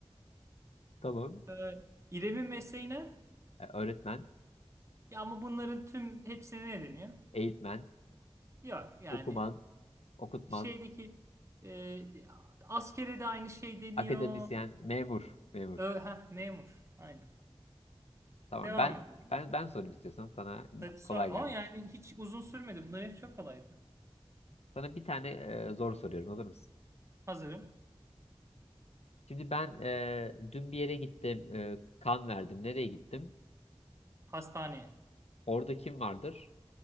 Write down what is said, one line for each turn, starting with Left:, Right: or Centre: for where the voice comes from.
Left: Tamam.
Right: Ee, İrem'in mesleği ne?
Left: Ee, öğretmen,
Right: Ya ama bunların tüm hepsine ne deniyor?
Left: eğitmen,
Right: Yok yani
Left: okuman, okutman,
Right: şeydeki e, askere de aynı şey deniyor.
Left: akademisyen, memur, memur.
Right: Ö, heh, memur. Aynen.
Left: Tamam
Right: Devam
Left: ben
Right: ediyorum.
Left: ben ben sorayım istiyorsan sana
Right: Hadi
Left: kolay
Right: sor.
Left: gelmiş.
Right: Ama yani hiç uzun sürmedi. Bunların hepsi çok kolaydı.
Left: Sana bir tane e, zor soruyorum hazır mısın?
Right: Hazırım.
Left: Şimdi ben e, dün bir yere gittim, e, kan verdim. Nereye gittim?
Right: Hastane.
Left: Orada kim vardır?